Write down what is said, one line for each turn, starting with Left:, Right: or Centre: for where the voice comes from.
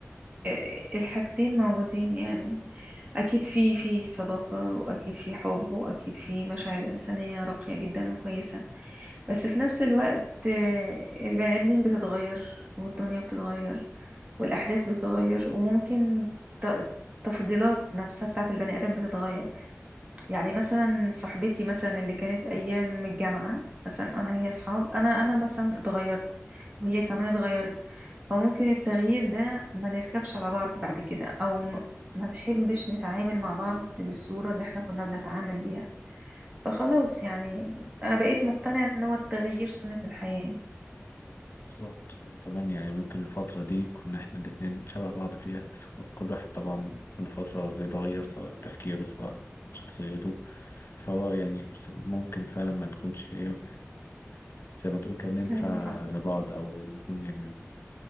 Right: آه، الحاجتين موجودين يعني أكيد في في صداقة وأكيد في حب وأكيد في مشاعر إنسانية راقية جدا وكويسة بس في نفس الوقت آه، البني آدمين بتتغير والدنيا بتتغير والأحداث بتتغير وممكن ت- تفضيلات نفسها بتاعت البني آدم بتتغير يعني مثلا صاحبتي مثلا اللي كانت ايام الجامعه مثلا انا هي اصحاب انا انا مثلا اتغيرت وهي كمان اتغيرت فممكن التغيير ده ما نركبش على بعض بعد كده او م- ما نحبش نتعامل مع بعض بالصوره اللي احنا كنا بنتعامل بيها فخلاص يعني انا بقيت مقتنعه ان هو التغيير سنه الحياه
Left: بالظبط وكمان يعني ممكن الفترة دي كنا احنا الاتنين شبه بعض فيها بس كل واحد طبعا كل فترة بيتغير سواء تفكيره سواء شخصيته فهو يعني ممكن فعلا ما نكونش ايه زي ما تقول كان ننفع
Right: ايوه صح
Left: لبعض او نكون يعني